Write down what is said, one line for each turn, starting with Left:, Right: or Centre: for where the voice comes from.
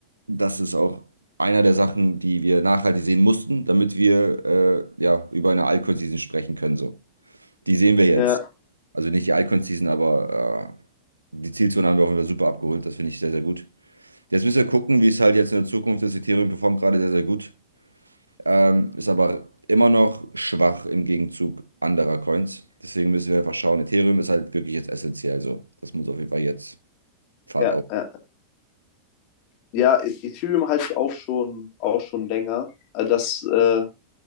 Right: das ist auch einer der Sachen, die wir nachhaltig sehen mussten, damit wir äh, ja, über eine Alcon-Season sprechen können. So. Die sehen wir jetzt.
Left: ja,
Right: Also nicht die Alcon-Season, aber äh, die Zielzone haben wir auch wieder super abgeholt. Das finde ich sehr, sehr gut. Jetzt müssen wir gucken, wie es halt jetzt in der Zukunft ist. Ethereum performt gerade sehr, sehr gut. Ähm, ist aber immer noch schwach im Gegenzug anderer Coins. Deswegen müssen wir einfach schauen. Ethereum ist halt wirklich jetzt essentiell. So. Das muss auf jeden Fall jetzt Fahrt
Left: ja,
Right: auf.
Left: ja. Ja, Ethereum halte ich auch schon, auch schon länger. Also Das äh,